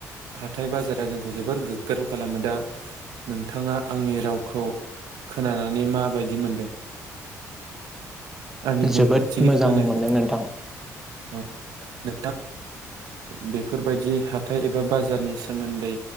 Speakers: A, on the right; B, in the centre.
A: हाथाय बाजारा जोंखौ जोबोर गोग्गाथाव खालामो दा नोंथाङा आंनि रावखौ खोनानानै माबायदि मोनदों? आंनि बुंफोरथि
B: जोबोद मोजां
A: होनायखौ
B: मोनदों नोंथां।
A: <unintelligible> बेफोरबायदि हाथाइ एबा बाजारनि सोमोन्दै